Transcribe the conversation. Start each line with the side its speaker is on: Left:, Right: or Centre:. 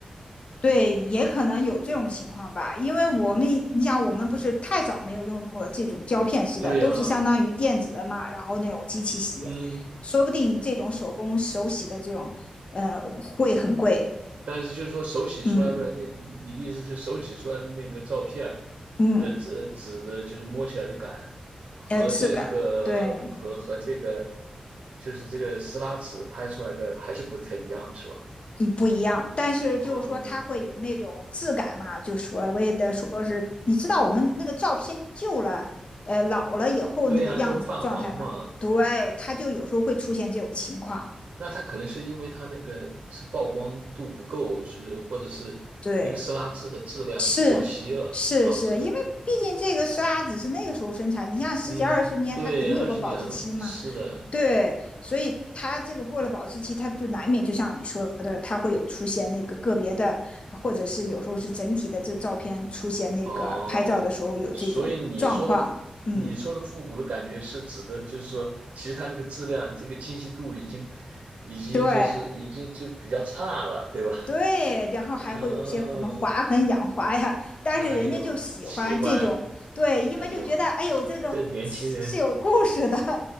Left: 对，也可能有这种情况吧，因为我们你想，我们不是太早没有用过这种胶片式的，
Right: 对呀，
Left: 都是相当于电子的嘛，然后那种机器洗，
Right: 嗯。
Left: 说不定这种手工手洗的这种，呃，会很贵。
Right: 但是就是说手洗出来的那，
Left: 嗯
Right: 你的意思就是手洗出来的那个照片儿
Left: 嗯，
Right: 的纸纸的，就是摸起来的感和这个和和这个
Left: 呃，质感对，
Right: 就是这个撕拉纸拍出来的还是不太一样，是吧？
Left: 嗯不一样。但是就是说，
Right: 哦，
Left: 它会有那种质感嘛，就所谓的说是，你知道我们那个照片旧了，呃，老了以后那个样子的状态嘛？
Right: 对呀，就会泛黄嘛。
Left: 对，它就有时候会出现这种情况。
Right: 那它可能是因为它那个是曝光度不够，是或者是那个撕拉纸的质量过期了导致的。
Left: 对，是是是，因为毕竟这个沙子是那个时候生产，你像十几二十年，
Right: 嗯，对，
Left: 它肯定有个保质期嘛。
Right: 二十年了，是的。
Left: 对，所以它这个过了保质期，它就难免就像你说的，它会有出现那个个别的，或者是有时候是整体的这照片出现那个拍照的时候有这种状况。
Right: 哦，所以你说的
Left: 嗯，
Right: 你说的复古的感觉是指的，就是说，其实它那个质量，这个清晰度已经已经就是已经就比较差了，
Left: 对
Right: 对吧？
Left: 对，然后还会有些什么划痕、
Right: <laughs> 嗯、
Left: 氧化呀，但是人家就喜欢这种，
Right: 哎呦，喜欢，
Left: 对，因为就觉得哎呦，
Right: 哎呦，
Left: 这个是是有故事的，
Right: 这年轻人